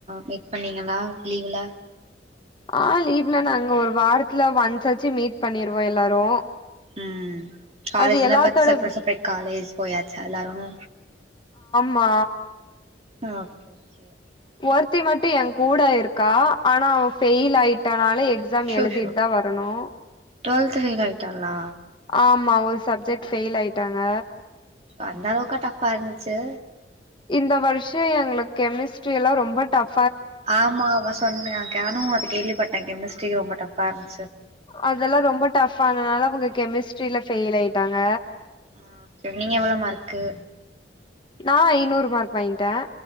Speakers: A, on the right; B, on the left.
A: மீட் பண்ணீங்களா லீவ்ல
B: ஆ லீவு நாங்க ஒரு வாரத்துல ஒன்ஸ்ஆச்சு மீட் பண்ணிருவோம் எல்லாரும்
A: ம் காலேஜ்
B: அது
A: எல்லா
B: எல்லாத்தோட
A: சப்ரேட் காலேஜ் போயாச்சு எல்லாரும்
B: பா
A: ஓகே ஓகே
B: ஒருத்தி மட்டும் யே கூட இருக்கா ஆனா அவ ஃபயில் ஆயிட் எக்ஸாம்
A: ஷோ
B: ஏழுதிட்
A: ஷோ
B: தா வரணும்
A: டுவெல்த் ஃபெயில் ஆயிட்டாளா
B: ஆம் மா ஒரு சப்ஜெக்ட் பெஃயில் ஆயிட்டாங்க
A: அந்த அளவுக்கா டஃப்பா இருந்துச்சு
B: இந்த வருஷம் எங்களுக்கு கெமிஸ்ட்ரி எல்லாம் ரொம்ப டஃப்
A: ஆமா அவ சொன்னா நானும் அத கேள்விப்பட்டேன் கெமிஸ்டரி ரொம்ப டஃப் பார்ன்
B: அதெல்லாம் ரொம்ப டஃப்னால அவங்க கெமிஸ்ட்ரியில பெயில் ஆயிட்டாங்க
A: ஆ நீங்க எவ்வளோ மார்க்கு
B: நான் ஐந்நூறு மார்க் வாங்கிட்டேன்